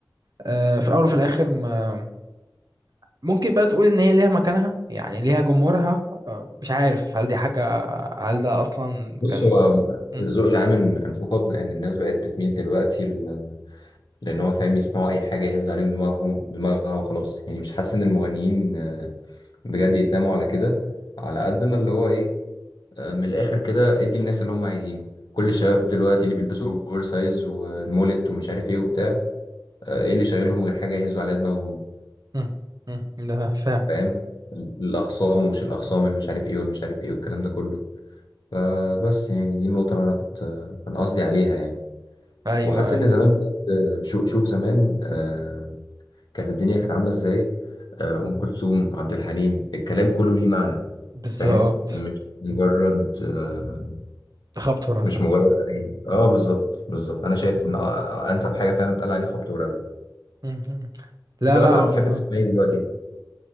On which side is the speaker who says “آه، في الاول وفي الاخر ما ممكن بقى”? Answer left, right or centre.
Right